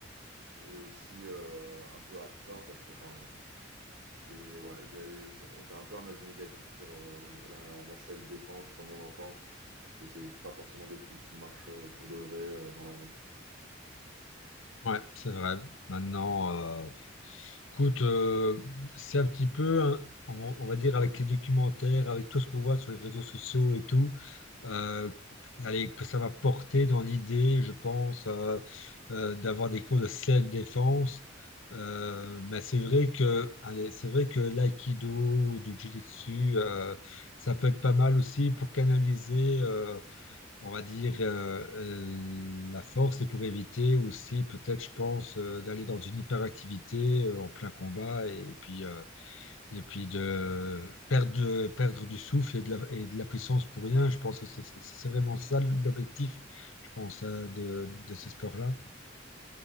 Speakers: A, on the right (about 65°); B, on the left (about 75°).
A: et aussi euh, un peu à tort parce que enfin, c'est ouais, j'ai j'ai un peu un avis négatif sur euh, la, la selle défense comme on l'entend, parce que c'est pas forcément des trucs qui marchent euh, pour de vrai euh, dans la vraie vie, quoi.
B: Ouais, c'est vrai. Maintenant. euh, Écoute, euh, c'est un petit peu, hein, on, on va dire, avec les documentaires, avec tout ce qu'on voit sur les réseaux sociaux et tout, euh, allez, que ça va porter dans l'idée, je pense, euh, euh, d'avoir des cours de self-défense. Euh, mais c'est vrai que, allez, c'est vrai que l'aïkido, ou du jiu-jitsu, euh, ça peut être pas mal aussi pour canaliser. euh, on va dire, euh, euh, la force, et pour éviter aussi, peut-être, je pense, euh, d'aller dans une hyperactivité euh, en plein combat et puis, euh, et puis de perdre, de- perdre du souffle et de la, et de la puissance pour rien. Je pense que c'est c'est c'est vraiment ça l'objectif, je pense, euh, de, de ces sports là